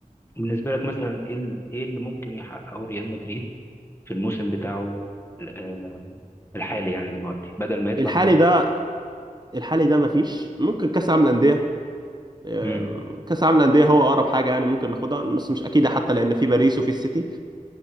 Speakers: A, on the left; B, on the right.
A: بالنسبة لك مثلا ايه ال- ايه اللي ممكن يحققه ريال مدريد في الموسم بتاعه ال- آه، الحالي يعني دلوقتي بدل ما يطلع
B: الحالي
A: بموسم
B: ده الحالي ده مفيش ممكن كأس العالم للأندية آه،
A: تاني؟
B: كأس العالم للأندية هو أقرب حاجة يعني ممكن ناخدها بس مش أكيدة حتى لأن في باريس وفي السيتي